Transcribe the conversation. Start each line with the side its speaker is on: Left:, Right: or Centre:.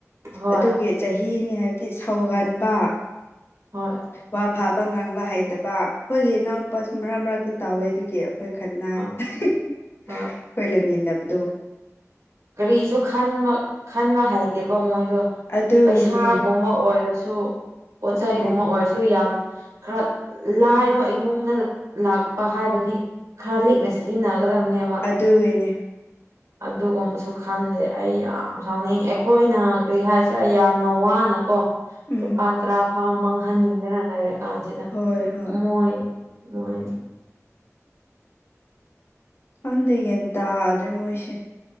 Right: ꯍꯣꯏ
Left: ꯑꯗꯨꯒꯤ ꯆꯍꯤꯅꯤ ꯍꯥꯏꯕꯗꯤ ꯁꯥꯎꯒꯟꯕ
Right: ꯍꯣꯏ꯫
Left: ꯋꯥ ꯐꯥꯕ ꯉꯥꯡꯕ ꯍꯥꯏꯇꯕ ꯑꯩꯈꯣꯏꯒꯤ ꯏꯅꯥꯎꯅꯨꯄꯥꯁꯨ ꯃꯔꯛ ꯃꯔꯛꯇ ꯇꯥꯎꯋꯦ ꯑꯗꯨꯒꯤ ꯑꯩꯈꯣꯏ ꯈꯠꯅꯩ
Right: ꯍꯣꯏ
Left: ꯑꯩꯈꯣꯏ
Right: ꯍꯣꯏ
Left: ꯂꯩꯃꯤꯟꯅꯕꯗꯣ꯫
Right: ꯀꯔꯤꯁꯨ ꯈꯟꯕ ꯈꯟꯕ ꯍꯩꯇꯦꯕ ꯃꯣꯏ ꯗꯨ
Left: ꯑꯗꯨꯒꯤꯅꯦ
Right: ꯄꯩꯁꯥꯒꯨꯝꯕ ꯑꯣꯏꯔꯁꯨ ꯄꯣꯠꯆꯩꯒꯨꯝꯕ
Left: ꯑꯗꯨꯅꯦ
Right: ꯑꯣꯏꯔꯁꯨ ꯌꯥꯝ ꯈꯔ ꯂꯥꯏꯕ ꯏꯃꯨꯡꯅ ꯂꯥꯛꯄ ꯍꯥꯏꯕꯗꯤ ꯈꯔ ꯂꯤꯛꯅ ꯁꯤꯖꯤꯟꯅꯒꯗꯕꯅꯦ
Left: ꯑꯗꯨꯒꯤꯅꯦ ꯫
Right: ꯑꯗꯨꯒꯨꯝꯕꯁꯨ ꯁꯨ ꯈꯟꯗꯦ ꯑꯩ ꯌꯥꯝ ꯁꯥꯎꯅꯤꯡꯉ‌ꯦ ꯑꯩꯈꯣꯏꯅ ꯀꯔꯤ ꯍꯥꯏꯁꯤꯔꯥ ꯌꯥꯝꯅ ꯋꯥꯅꯀꯣ
Left: ꯎꯝ
Right: ꯂꯨꯄꯥ ꯇꯔꯥ ꯐꯥꯎ ꯃꯥꯡꯍꯟꯅꯤꯡꯗꯅ ꯂꯩꯔꯀꯥꯟꯁꯤꯗ
Left: ꯍꯣꯏ ꯍꯣꯏ
Right: ꯃꯣꯏ ꯃ‌ꯣꯏ
Left: ꯈꯪꯗꯦ ꯒ꯭ꯌꯥꯟ ꯇꯥꯗ꯭ꯔꯦ ꯃꯣꯏꯁꯦ ꯫